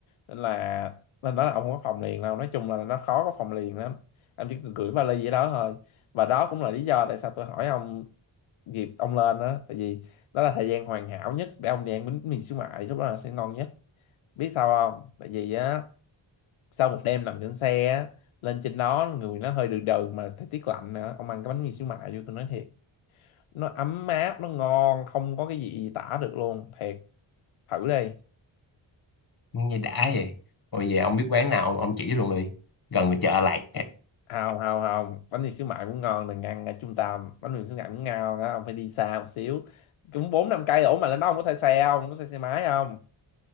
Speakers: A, on the left (about 80°); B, on the left (about 45°).
A: nên là nên đó là ông không có phòng liền đâu nói chung là nó khó có phòng liền lắm em chỉ cần gửi vali vậy đó thôi và đó cũng là lý do tại sao tôi hỏi ông dịp ông lên đó tại vì đó là thời gian hoàn hảo nhất để ông đi ăn bánh mì xíu mại lúc đó là sẽ ngon nhất biết sao không tại vì á sau một đêm nằm trên xe á lên trên đó người nó hơi đừ đừ mà thời tiết lạnh nữa ông ăn cái bánh mì xíu mại vô tôi nói thiệt nó ấm áp nó ngon không có cái gì tả được luôn thiệt thử đi
B: không nghe đã vậy rồi về ông biết quán nào ông, ông chỉ tôi luôn đi gần là chợ lạch
A: không không không bánh mì xíu mại cũng ngon đừng ăn ở trung tâm bánh mì xíu mại cũng ngon á ông phải đi xa một xíu cũng bốn năm cây ủa mà lên đó ông có thuê xe không có thuê xe máy không